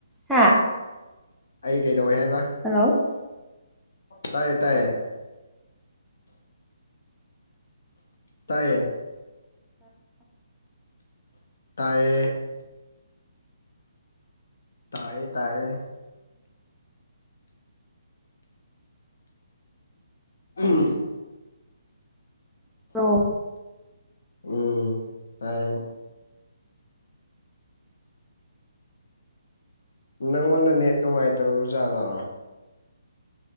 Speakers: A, in the centre; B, on the left.
A: ꯍꯥꯥ
B: ꯑꯩ ꯀꯩꯗꯧꯋꯦ ꯍꯥꯏꯕ?
A: ꯍꯜꯂꯣ!
B: ꯇꯌꯦ ꯇꯌꯦ꯫ ꯇꯥꯏꯌꯦ꯫ ꯇꯥꯏꯌꯦ ꯇꯌꯦ ꯇꯌꯦ ꯑꯝ
A: ꯇꯥꯕ꯭ꯔꯣ
B: ꯎꯝ ꯇꯥꯏꯌꯦ꯫ ꯅꯪꯉꯣꯟꯗ ꯅꯦꯠ ꯅꯨꯡꯉꯥꯏꯇꯕ ꯖꯥꯠꯂꯣ?